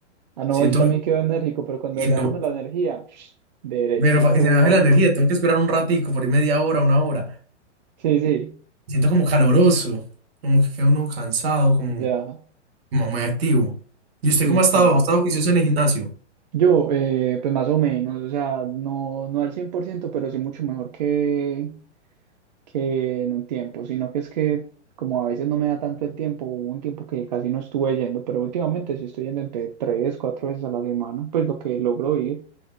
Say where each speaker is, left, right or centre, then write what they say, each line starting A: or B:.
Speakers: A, on the right (about 40°); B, on the right (about 55°).
A: ah no,
B: Siento
A: yo también
B: que
A: quedo enérgico, pero cuando
B: y
A: le
B: no,
A: bajo uno la energía, <sniffs> derechito.
B: pero para que se me baje la energía tengo que esperar un ratico, por ahí media hora, una hora.
A: Sí, sí,
B: Siento como caloroso, como que queda uno cansado, como
A: ya,
B: como muy activo. ¿Y usted
A: sí,
B: cómo
A: claro.
B: ha estado? ¿Ha estado juicioso en el gimnasio?
A: Yo, eh, pues más o menos, o sea, no, no al cien por ciento pero sí mucho mejor que, que en un tiempo, sino que es que como a veces no me da tanto el tiempo, hubo un tiempo que casi no estuve yendo, pero últimamente sí estoy yendo entre tres, cuatro veces a la semana, pues lo que logro ir,